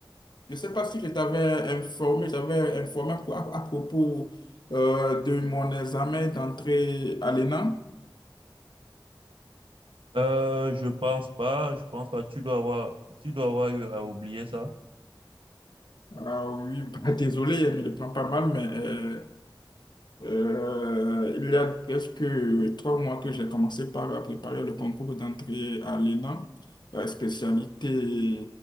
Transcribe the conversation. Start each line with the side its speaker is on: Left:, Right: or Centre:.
Left: Je ne sais pas si je t'avais informé, j'avais informé pour- à, à propos euh, de mon examen d'entrée à l'ENA.
Right: Euh, je pense pas, je pense pas. Tu dois avoir, tu dois avoir eu à oublier ça.
Left: Ah oui, bah, <laughs> désolé, je ne le prends pas mal, mais euh, Euh, il y a presque trois mois que j'ai commencé par préparer le concours d'entrée à l'ENA, euh, spécialité